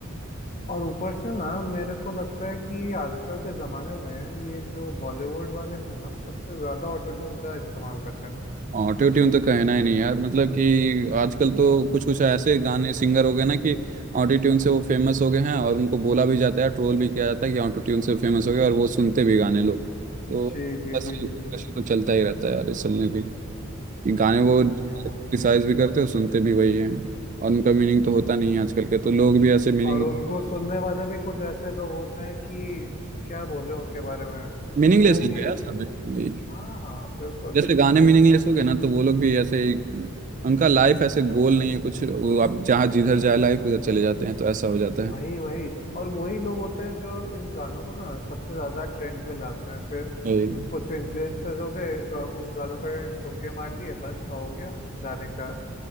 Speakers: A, on the left (about 35°); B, on the right (about 35°).
A: और ऊपर से ना मेरे को लगता है कि आजकल के ज़माने में ये जो बॉलीवुड वाले हैं ना सबसे ज़्यादा ऑटो ट्यून का इस्तेमाल करते हैं नहीं
B: ऑटो ट्यून तो कहना ही नहीं यार मतलब कि आजकल तो कुछ कुछ ऐसे गाने सिंगर हो गए ना कि ऑटो ट्यून से वो फेमस हो गए हैं और उनको बोला भी जाता है ट्रोल भी किया जाता है कि ऑटो ट्यून से फेमस हो गए और वो सुनते भी गाने लोग तो
A: जी जी
B: बस
A: जी जी जी
B: कशी तो चलता ही रहता है यार इस सब में भी कि गाने
A: हाँ
B: वो
A: यार
B: क्रिटिसाइज भी करते हैं सुनते भी वही हैं और उनका मीनिंग तो होता नहीं है आजकल के तो लोग भी ऐसे मीनिंग
A: और उनको सुनने वाले भी कुछ ऐसे लोग होते हैं कि क्या बोले उनके बारे में
B: मीनिंगलेस
A: वो
B: हो
A: भी
B: गया सब वही
A: हाँ हाँ बिल्कुल
B: जैसे गाने मीनिंगलेस हो गए ना तो वो लोग भी ऐसे ही उनका लाइफ ऐसे गोल नहीं है कुछ वो आप जहाँ जिधर जाए लाइफ उधर चले जाते हैं तो ऐसा हो जाता
A: वही
B: है
A: वही और वही लोग होते हैं जो इन गानों को ना सबसे ज्यादा ट्रेंड पे लाते हैं फिर
B: वही
A: कुछ इन्फ्लुएंसर्स हो गए अ, उन गानों पर ठुमके मार दिए बस हो गया गाने का